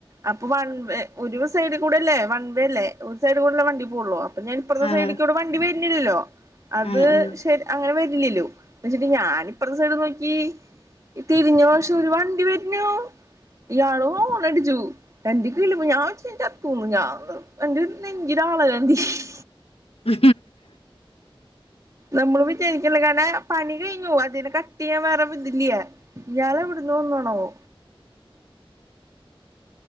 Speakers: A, on the right; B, on the left.
A: അപ്പൊ വൺവേ ഒരു സൈഡ് കൂടെല്ലേ വൺവേ അല്ലേ ഒരു സൈഡ് കൂടെല്ല വണ്ടി അപ്പ ഞാൻ ഇപ്രത്ത
B: ആഹ്
A: സൈഡി ല്ലോ അത്
B: ആഹ് ആഹ്
A: അങ്ങനെ വരില്ലല്ലോ വെച്ചിട്ട് ഞാൻ ഇപ്രത്തെ സൈഡിൽനോക്ക് ഈ തിരിഞ്ഞോ <unintelligible> ഒരു വണ്ടി വരഞ്ഞു ഇയാളോ ഓണടിച്ചു എന്റെ കിളി പോയു ഞാൻ <unintelligible> ത്തന്നു ഞാ എന്റെ നെഞ്ചിരാളല്ല <unintelligible>
B: ഉ.
A: നമ്മള് വിചാരിക്കില്ല കാരണം പണി കഴിഞ്ഞു അതിനെ കട്ട് ചെയ്യാൻ വേറെ ഇതില്ലയ <unintelligible> ഇയാളെ എവിടുന്ന വന്നാണവോ.